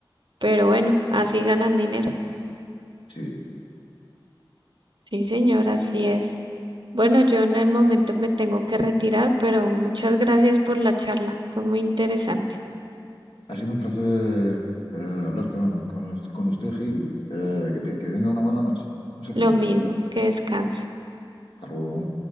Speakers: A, on the right; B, on the left.
A: pero bueno, así ganan dinero.
B: Sí, sí. sí.
A: Sí, señor, así es. Bueno, yo en el momento me tengo que retirar, pero muchas gracias por la charla. Fue muy interesante.
B: ha sido un placer eh, hablar con, con, con usted, Heidi. Eh, que, que tenga una buena noche. Un saludo.
A: Lo mismo, que descanse.
B: Hasta luego.